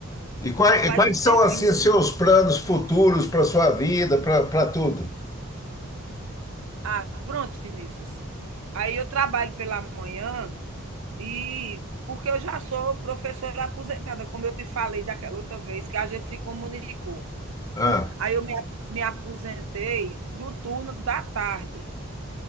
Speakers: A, on the left; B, on the right.
A: E quais,
B: Já faz
A: e quais
B: um
A: são,
B: tempinho.
A: assim,
B: viu?
A: seus planos futuros para sua vida, para tudo?
B: Ah, pronto, Vinícius. Aí eu trabalho pela manhã e porque eu já sou professora aposentada, como eu te falei daquela outra vez que a gente se comunicou.
A: Ah,
B: Aí eu me, me aposentei do turno da tarde.